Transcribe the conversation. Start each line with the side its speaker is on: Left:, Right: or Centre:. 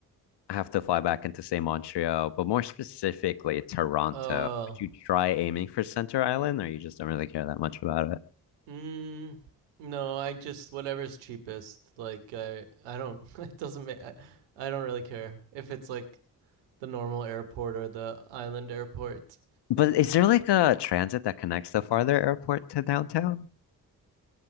Left: I have to fly back into, say, Montreal, but more specifically, Toronto.
Right: Uh,
Left: Would you try aiming for Center Island, or you just don't really care that much about it?
Right: mm, no, I just whatever's cheapest. Like I I don't <laughs> it doesn't make I, I don't really care if it's like the normal airport or the island airport.
Left: But is there like a transit that connects the farther airport to downtown?